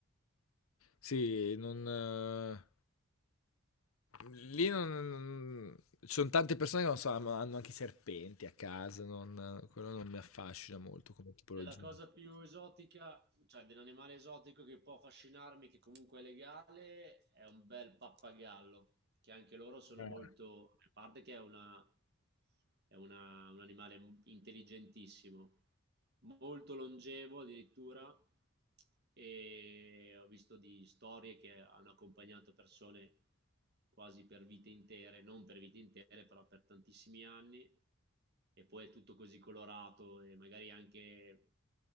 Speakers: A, on the left (about 90°); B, on the right (about 50°).
A: Sì, non... eh, Lì non... non- Ci sono tante persone che non so, hanno hanno anche i serpenti a casa, non- quello non mi affascina molto come tipologia.
B: Della cosa più esotica, cioè dell'animale esotico che può affascinarmi, che comunque è legale, è un bel pappagallo, che anche loro sono
A: Eh.
B: molto, a parte che è una- è una- un animale intelligentissimo, molto longevo addirittura e ho visto di storie che hanno accompagnato persone quasi per vite intere, non per vite intere, però per tantissimi anni e poi è tutto così colorato e magari anche